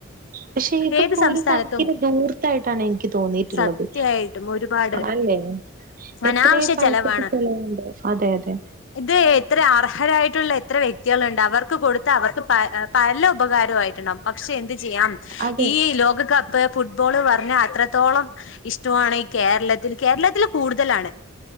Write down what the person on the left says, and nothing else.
ഏത് സംസ്ഥാനത്തും
സത്യായിട്ടും ഒരുപാട്
അനാവശ്യ
ചെലവാണ്
ഇത് എത്ര അർഹരായിട്ടുള്ള എത്ര വ്യക്തികള്ണ്ട് അവർ ക്ക് കൊടുത്ത അവർക്ക് പല ഉപകാരൊ ആയിട്ടുണ്ടകും പക്ഷെ എന്ത് ചെയ്യാം
ഈ ലോകകപ്പ് ഫുട്ബോള് പറഞ്ഞ അത്രത്തോളം ഇഷ്ടവാണ് ഈ കേരളത്തിൽ കേരളത്തിൽ കൂടുതലാണ്.